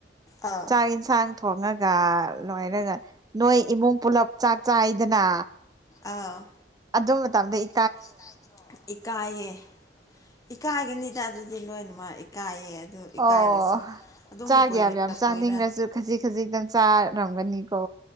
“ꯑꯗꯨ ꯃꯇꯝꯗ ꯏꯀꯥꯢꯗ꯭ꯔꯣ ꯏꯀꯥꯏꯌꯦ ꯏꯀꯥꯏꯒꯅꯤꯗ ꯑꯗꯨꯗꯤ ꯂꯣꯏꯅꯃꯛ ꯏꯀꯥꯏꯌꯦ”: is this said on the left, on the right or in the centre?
Left